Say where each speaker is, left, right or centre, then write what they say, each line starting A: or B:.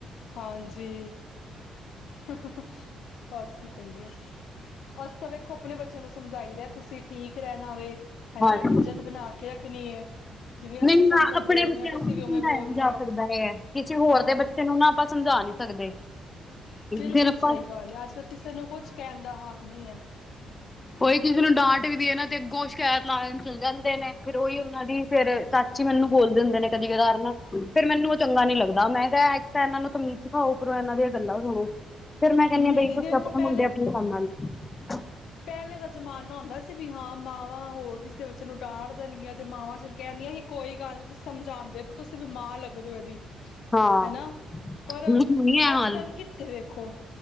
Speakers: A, on the left; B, on the left.
A: ਹਾਂਜੀ ਹ ਹ ਬਸ ਕੀ ਕਰਹੀਏ, ਅਸ ਤਾਂ ਵਖੋ ਆਪਣੇ ਬੱਚਿਆਂ ਨੂੰ ਸਮਝਾਈਦਾ ਤੁਸੀਂ ਠੀਕ ਰਹਿਣਾ ਵੇ ਹਨਾ
B: ਹਾਂਜੀ
A: ਇੱਜਤ ਬਣਾ ਕੇ ਰੱਖਣੀ ਹੈ ਜਿਵੇਂ
B: ਨਹੀਂ
A: ਅਸੀਂ ਸਭ
B: ਨਾ
A: ਨਾਲ
B: ਆਪਣੇ
A: ਬੋਲਦੇ
B: ਬੱਚਿਆਂ
A: ਹਾਂ ਤੁਸੀਂ
B: ਨੂੰ ਹਿ
A: ਵੀ ਉਵੇਂ
B: ਸਮਝਾਇਆ
A: ਬੋਲਣਾ
B: ਜਾ
A: ਹੈ
B: ਸਕਦਾ ਹੈ, ਕਿਸੇ ਹੋਰ
A: ਹਾਂ
B: ਦੇ ਬੱਚੇ ਨੂੰ ਨਾ ਆਪਾਂ ਸਮਝਾ ਨਹੀਂ ਸਕਦੇ
A: ਬਿਲਕੁਲ
B: ਫਿਰ ਆਪਾਂ
A: ਸਹੀ ਗੱਲ ਹੈ, ਅੱਜ ਕੱਲ ਕਿਸੇ ਨੂੰ ਕੁਝ ਕਹਿਣ ਦਾ ਹਾਲ ਨਹੀਂ ਹੈ
B: ਉਹੀ ਕਿਸੇ ਨੂੰ ਡਾਂਟ ਵੀ ਇਹਨਾਂ ਤੇ ਅੱਗੋਂ ਸ਼ਿਕਾਇਤ ਲਾ ਚ ਜਾਂਦੇ ਨੇ ਫੇਰ ਉਹੀ ਉਹਨਾਂ ਦੀ ਫੇਰ ਚਾਚੀ ਮੈਨੂੰ ਬੋਲਦੇ ਹੁੰਦੇ ਨੇ ਕਦੀ ਕਦਾਰ ਨਾ ਫ਼ਿਰ ਮੈਨੂੰ ਉਹ ਚੰਗਾ ਨੀ ਲੱਗਦਾ ਮੈਂ ਕਿਹਾ ਇੱਕ ਤਾਂ ਇਹਨਾਂ ਨੂੰ ਤ੍ਮੀਜ਼ ਸਿੱਖਾਂ ਆਓ ਉਪਰੋ ਇਹਨਾਂ ਦੀਆਂ ਗੱਲਾਂ ਸੁਣੋ ਫੇਰ ਮੈਂ ਕਹਿੰਨੀ
A: ਨਹੀਂ
B: ਹ ਬਈ
A: ਦੀਦੀ
B: ਤੁਸੀਂ
A: ਵੇਖੋ
B: <unintelligible> ਸੁਪਣੇ
A: ਪਹਿਲੇ
B: ਮਿਲਦੇ ਆਪਣੇ ਕੰਮ ਨਾਲ <unintelligible>
A: ਪਹਿਲੇ ਦਾ ਜ਼ਮਾਨਾ ਹੁੰਦਾ ਸੀ ਵੀ ਹਾਂ ਮਾਵਾਂ ਹੋਰ ਕਿਸ ਕਿਸੇ ਬੱਜੇ ਨੂੰ ਡਾਦਂ ਦੇਂਨ੍ ਗਿਆ ਚ ਮਾਵਾ ਖੇਂਦਿਆਂ ਕੀ ਕੋਈ ਗੱਲ ਨਹੀਂ ਤੁਸੀਂ ਸਮਝਾਉਂਦੇ, ਤੁਸੀਂ ਵੀ ਮਾਂ ਦੇਖੀਲੱਗਦੇ ਹੋ ਇਹਦੀ
B: ਹਾਂ
A: ਹਨਾ ਪਰ
B: ਨਹੀਂ ਹੈ
A: ਅੱਜ
B: ਹਾਲ
A: ਕੱਲ੍ਹ ਕਿੱਥੇ ਵੇਖੋ